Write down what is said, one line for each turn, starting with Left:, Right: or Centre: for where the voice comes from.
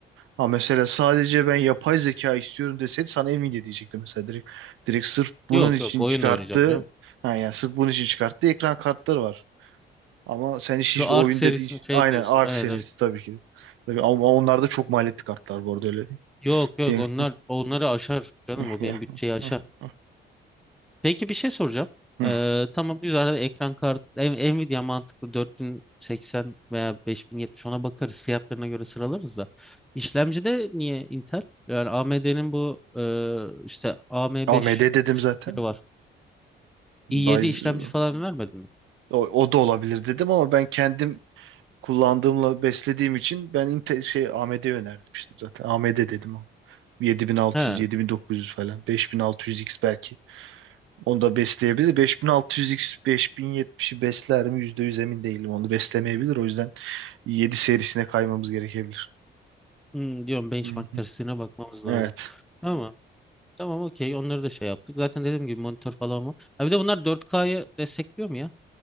Right: Ha mesela sadece ben yapay zeka istiyorum deseydi sana Nvidia diyecektim mesela direkt. Direkt sırf bunun
Centre: Yok
Right: için
Centre: yok oyun
Right: çıkarttığı
Centre: da oynayacağım canım.
Right: ha yani sırf bunun için çıkarttığı ekran kartları var. Ama sen işin
Centre: Şu
Right: işte
Centre: Ark
Right: oyun
Centre: serisini
Right: dediğin
Centre: şey
Right: aynen
Centre: diyorsun.
Right: Ark
Centre: Evet
Right: serisi
Centre: evet.
Right: tabii ki. Tabii ama onlarda çok maliyetli kartlar bu arada öyle değil.
Centre: Yok yok
Right: Diye.
Centre: onlar onları aşar canım
Right: <laughs>
Centre: o benim bütçeyi aşar. Peki bir şey soracağım.
Right: Hı.
Centre: Ee, tamam güzel ekran kartı En- Nvidia mantıklı 4080 veya 5070 ona bakarız fiyatlarına göre sıralarız da. İşlemcide niye Intel? Yani AMD'nin bu e, işte AM5
Right: AMD dedim
Centre: serileri
Right: zaten.
Centre: var. i7
Right: Ryzen-
Centre: işlemci falan vermedin mi?
Right: O, o da olabilir dedim ama ben kendim kullandığımla beslediğim için ben Intel şey AMD önermiştim zaten. AMD dedim o. 7600,
Centre: He,
Right: 7900 falan. 5600X belki. Onu da besleyebilir. 5600X, 5070'i besler mi? yüzde yüz emin değilim. Onu beslemeyebilir. O yüzden 7 serisine kaymamız gerekebilir.
Centre: hmm, diyorum benchmark
Right: Hı hı.
Centre: testine bakmamız lazım.
Right: Evet.
Centre: Ama Tamam okey onları da şey yaptık. Zaten dediğim gibi monitör falan var. Ha bir de bunlar 4K'yı destekliyor mu ya?